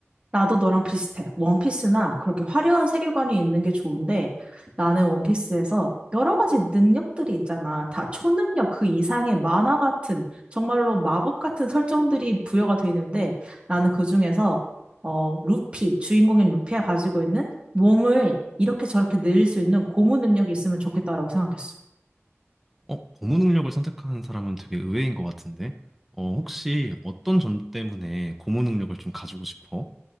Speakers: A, on the right; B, in the centre.
A: 나도 너랑 비슷해. 원피스나 그렇게 화려한 세계관이 있는 게 좋은데 나는 원피스에서 여러 가지 능력들이 있잖아. 다 초능력 그 이상의 만화 같은 정말로 마법 같은 설정들이 부여가 돼 있는데 나는 그중에서 어, 루피, 주인공인 루피가 가지고 있는 몸을 이렇게 저렇게 늘릴 수 있는 고무 능력이 있으면 좋겠다라고 생각했어.
B: 어, 고무 능력을 선택하는 사람은 되게 의외인 것 같은데. 어, 혹시 어떤 점 때문에 고무 능력을 좀 가지고 싶어?